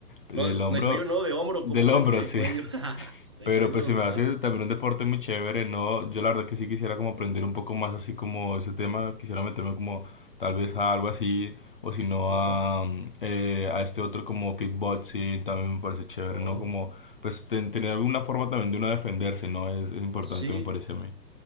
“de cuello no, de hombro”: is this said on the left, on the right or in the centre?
Right